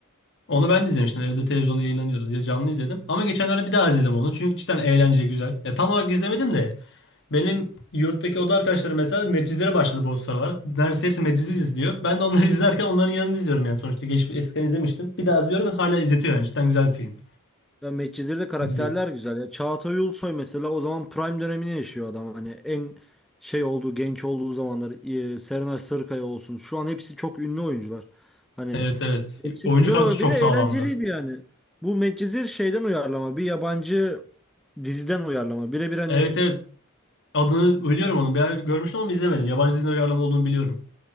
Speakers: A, on the left; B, in the centre.
A: Onu ben de izlemiştim. Evde televizyonda yayınlanıyordu diye canlı izledim. Ama geçenlerde bir daha izledim onu. Çünkü cidden eğlence güzel. Ya tam olarak izlemedim de benim yurttaki oda arkadaşlarım mesela medcizlere başladı bu sıralar. Neredeyse hepsi meczi izliyor. Ben de onları <laughs> izlerken onların yanında izliyorum yani. Sonuçta geçmiş eskiden izlemiştim. Bir daha izliyorum ve hala izletiyor yani. Cidden güzel bir film.
B: Ya Medcezir'de karakterler
A: Dizi.
B: güzel ya. Çağatay Ulusoy mesela o zaman prime dönemini yaşıyor adam. Hani en şey olduğu, genç olduğu zamanlar. Ee, Serenay Sarıkaya olsun. Şu an hepsi çok ünlü oyuncular. Hani
A: Evet evet.
B: Hepsi
A: Oyuncu
B: güzel
A: kadrosu
B: ama
A: çok
B: bir de
A: sağlamdı.
B: eğlenceliydi yani. Bu Medcezir şeyden uyarlama. Bir yabancı diziden uyarlama. Birebir hani
A: Evet evet. Adını biliyorum onu. Bir yer görmüştüm ama izlemedim. Yabancı dizinin uyarlama olduğunu biliyorum.